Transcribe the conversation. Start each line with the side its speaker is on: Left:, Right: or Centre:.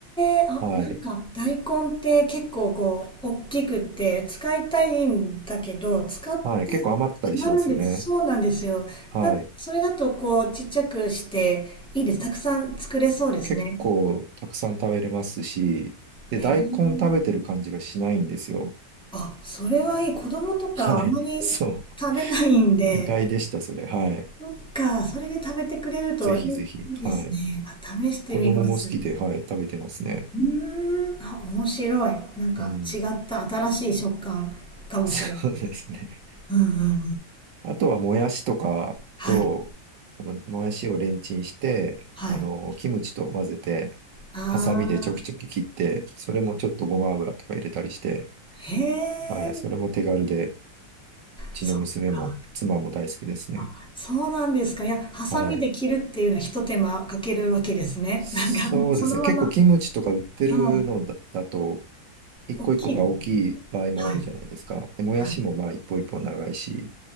Centre: え、あ、
Right: はい。
Centre: なんか大根って結構こう、大きくって使いたいんだけど、使って
Right: はい。結構余ったりしますよね。
Centre: 余るんです。そうなんですよ。
Right: はい。
Centre: だ、それだとこう、ちっちゃくしていいです。たくさん作れそうですね。
Right: 結構たくさん食べれますし、で、
Centre: へえ。
Right: 大根食べてる感じがしないんですよ。
Centre: あ、それはいい。子供とかあんまり
Right: はい。<laughs> そう。
Centre: 食べないんで、
Right: 意外でした、それ。はい。
Centre: そっか、それで食べてくれるといい、
Right: ぜひぜひ。
Centre: いいですね。
Right: はい。
Centre: あ、試してみます。
Right: 子供も好きで、はい、食べてますね。
Centre: うーん、あ、面白い。なんか違った新しい食感かもしれないです。
Right: うん。<laughs> そうですね。
Centre: うんうんうん。
Right: あとは、もやしとかと、
Centre: はい、
Right: あの、もやしをレンチンして、
Centre: はい。
Right: あの、キムチと混ぜて、
Centre: あ
Right: ハサミでちょきちょき切って、
Centre: あ、
Right: それもちょっとごま油とか入れたりして、
Centre: へえ、
Right: はい。それも手軽で、うちの娘も妻も大好きですね。
Centre: そっか。あ、そうなんですか。いや、ハサミで切るっていうのは一手間かけるわけですね。
Right: はい。そうですね。
Centre: <laughs> なんか、そのまま、
Right: 結構キムチとか売ってるのだ、
Centre: はい、
Right: だと、一個一個が大きい場合もあるじゃないですか。
Centre: 大きいです。はい、
Right: で、もやしもまあ一本一本長いし、
Centre: はい。